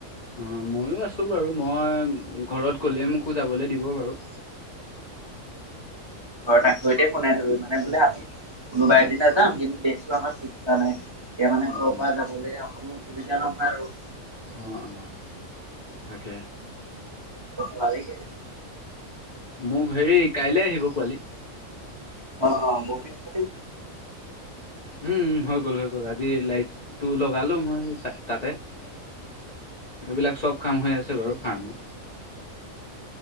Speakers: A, on the left; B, on the right.
A: অ মইয়ো আছো বাৰু মই ঘৰত ক'লে মোক পুজাবলে দিব বাৰু
B: ঘৰত আকৰিতে শুনাই থবি মানে বোলে আমি কোনোবা এদিনা যাম কিন্তু বেছো আমাৰ শঠিক হোৱা নাই তেতিয়া মানে
A: অ
B: ঘৰৰ
A: অ
B: পৰা যাবলৈ কো সুবিধা নহয় আৰু
A: অ অ তাকে
B: ভালেই
A: মোক হেৰি কাইলে আহিব কোৱালি
B: অ বিি খ
A: উম হৈ গ'ল হৈ গল আজি লাইটটো লগালো মই তাতে এইবিলাক চব কাম হৈ আছে বাৰু ফাৰ্মৰ